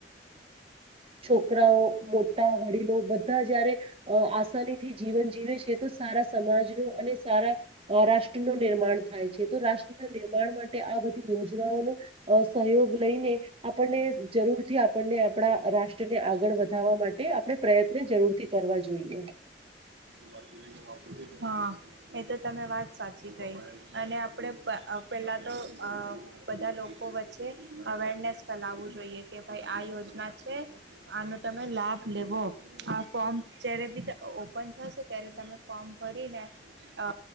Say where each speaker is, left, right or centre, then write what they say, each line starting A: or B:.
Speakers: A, on the right; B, on the right.
A: છોકરાઓ મોટા વડીલો. બધા જયારે આસાની થી જીવન જીવે છે તો સારા સમાજ નું અને સારા રાષ્ટ્ર નું નિર્માણ થાય છે તો રાષ્ટ્રના નિર્માણ માટે આ બઘી યોજનાઓનો સહયોગ લઈને આપણને જરૂર થી આપણને આપડા રાષ્ટ ને આગળ વધવા માટે આપણે પ્રયત્ન જરૂરથી કરવા જોઈએ.
B: <inaudible> હ એ તો તમે વાત સાચી કઈ. અને આપણે અ પેલા પેલા તો અ બધા લોકો વચ્ચે અવેરનેસ ફેલાવવું જોઈએ કે ભાઈ આ યોજના છે. આનો તમે લાભ લેવો. આ ફોમ જ્યારે ભી તો ઓપ ઓપન થશે ત્યારે તમે ફોર્મ ભરીને અ